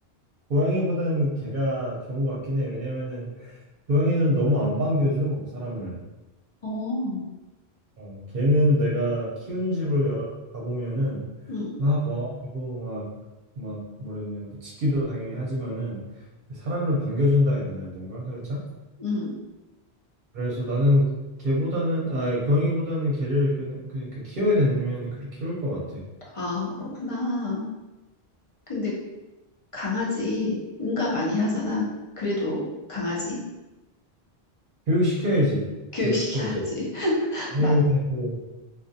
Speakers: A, on the right; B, on the left.
A: 고양이보단 개가 좋은 것 같긴 해. 왜냐면은 고양이는 너무 안 반겨줘, 사람을.
B: 어, 음,
A: 어, 걔는 내가 키우는 집을 여러 가보면은
B: 음.
A: 막 와가지고 막 막 뭐라 해야 되냐 뭐 짖기도 당연히 하지만은 사람을 반겨준다 해야 되나 뭔가 살짝
B: 음.
A: 그래서 나는 걔보다는 아 고양이보다는 걔를 그, 그, 그 키워야 되면 그렇게 키울 것 같아
B: 아, 그렇구나. 근데 강아지 응가 많이 하잖아. 그래도 강아지
A: 교육시켜야지
B: 교육시켜야지.
A: 교육시켜야지
B: <laughs>
A: 아니면
B: 맞.
A: 그